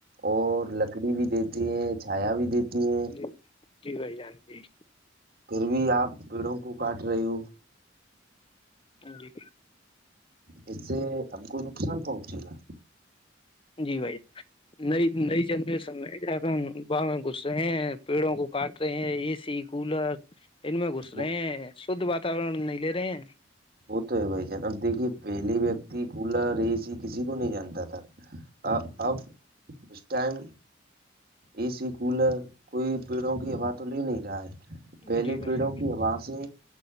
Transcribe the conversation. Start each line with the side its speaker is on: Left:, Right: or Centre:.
Right: اور لکڑی بھی دیتی ہیں چھایا بھی دیتی ہیں
Left: جی جی بھائی جان جی
Right: پھر بھی آپ پیڑوں کو کاٹ رہے ہو
Left: جی
Right: اس سے ہم کو نقصان پہنچے گا
Left: جی بھائی نئی نئی جنمے سم میں ج با میں گسے ہیں پیڑوں کو کاٹ رہے ہیں اے سی کولر ان میں گھس
Right: وہ
Left: رہے ہیں شھ واتاورن نہیں لے رہے ہیں
Right: وہ تو ہے بھائی جانب دیکھیے پہلے ویکتی کولر اے سی کسی کو نہیں جانتا تھا اب اس ٹائم اے سی کولر کوئی پیڑوں کی ہوا تو لے نہیں رہا ہے پہلے
Left: جی بھائی
Right: پیڑوں
Left: جان
Right: کی ہوا سے